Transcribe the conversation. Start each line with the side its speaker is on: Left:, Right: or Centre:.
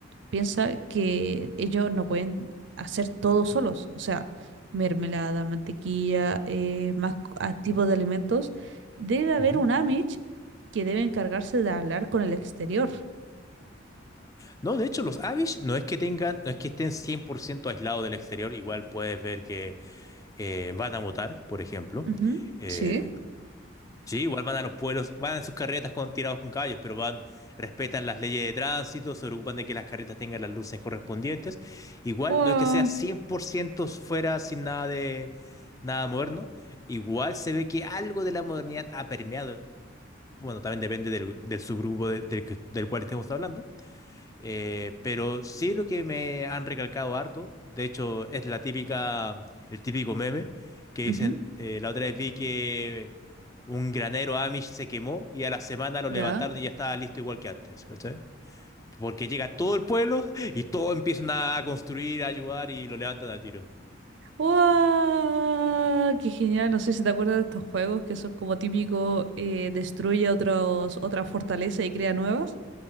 Right: piensa que ellos no pueden hacer todo solos. O sea, mermelada, mantequilla, eh, más co- ah, tipos de alimentos. Debe haber
Left: ujú.
Right: un Amish que debe encargarse de hablar con el exterior.
Left: No, de hecho, los Amish no es que tengan, no es que estén 100% aislados del exterior, igual puedes ver que eh, van a votar, por ejemplo.
Right: Ujú,
Left: Eh,
Right: Sí.
Left: sí, igual van a los pueblos, van en sus carretas con, tirados con caballos, pero van, respetan las leyes de tránsito, se preocupan de que las carretas tengan las luces correspondientes. Igual,
Right: Wow.
Left: no es que sea 100% fuera sin nada de nada moderno, igual se ve que algo de la modernidad ha permeado Bueno, también depende del, del subgrupo de- del, que- del cual estemos hablando. Eh, pero sí lo que me han recalcado harto, de hecho es la típica, el típico meme que dicen,
Right: Ujú,
Left: eh, la otra vez vi que un granero Amish se quemó y a la semana lo
Right: Ya.
Left: levantaron y ya estaba listo igual que antes, ¿cachai? Porque llega todo el pueblo <laughs> y todos empiezan a construir, a ayudar y lo levantan al tiro.
Right: Wow, ¡Qué genial! No sé si te acuerdas de estos juegos que son como típico, eh, destruye otros, otra fortaleza y crea nuevas.